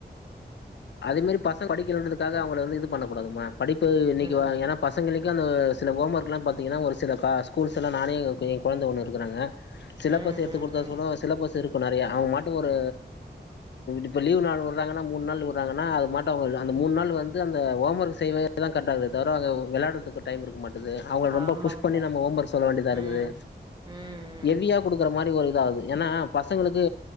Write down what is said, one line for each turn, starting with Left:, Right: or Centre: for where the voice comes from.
Left: அதே மாரி பசங்க படிக்கலன்றதுக்காக அவுங்கள வந்து இது பண்ண கூடாது மேம் படிப்பு இன்னைக்கு
Right: ம்
Left: வா ஏன்னா பசங்களுக்கும் அந்த சில ஹோம் ஒர்க்கெலாம் பாத்திங்கன்னா ஒரு சில கா ஸ்கூல்ஸ் எல்லாம் நானே என் கொழந்த ஒன்னு இருக்குறாங்க சிலபஸ்
Right: ம்
Left: எடுத்து
Right: ம்
Left: கொடுத்தா
Right: ம்
Left: கூடோ சிலபஸ் இருக்கு கும் நெறையா அவுங்க மாட்டும் ஒரு இப்ப லீவ் நாள் விடுறாங்கன்னா கூட மூணு நாள் விடுறாங்கன்னா அது மட்டும் அவங்க அந்த
Right: ம்
Left: மூணு நாள் வந்து அந்த ஹோம் ஒர்க் செய்வே தா கரெக்டா இருந்ததே தவிர வெளையாறதுக்கு டைம் இருக்க மாட் டுது அவுங்கள ரொம்ப
Right: ஆமாங்க
Left: புஷ் பண்ணி
Right: சார்
Left: நம்ம ஹோம் ஒர்க் சொல்ல வேண்டியதா
Right: ம்
Left: இருக்குது
Right: ம் ம்
Left: எவியா குடுக்குற மாரி ஒரு இதாகுது ஏன்னா பசங்களுக்கு